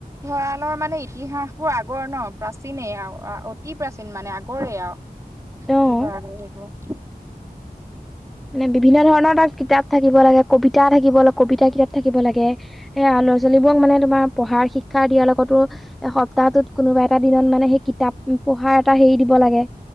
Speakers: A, on the right (about 20°); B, in the centre.
A: ভঁৰালৰ মানে ইতিহাসবোৰ আগৰ ন প্ৰাচীনে আৰু অতি প্ৰাচীন মানে আগৰে আৰু। কঠেই
B: অ
A: ব আৰু।
B: মানে বিভিন্ন ধৰণৰ তটা কিতাপ থাকিব লাগে কবিতা। কিতা থাকিব কবিতা কিতাপ থাকিব লাগে, সয়া ল'ৰা ছোৱালীবোৰক মানে তোমাৰ পঢ়াৰ শিক্ষা দিয়াৰ লগতো। এ সপ্তাহটোত কোনোবা এটা দিনত মানে সেই কিতাপ পঢ়াৰ এটা হেৰি দিব লাগে।